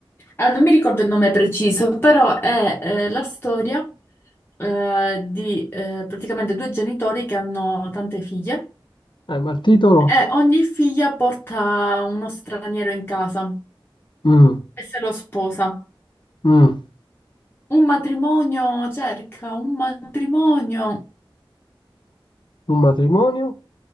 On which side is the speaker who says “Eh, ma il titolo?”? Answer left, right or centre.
Left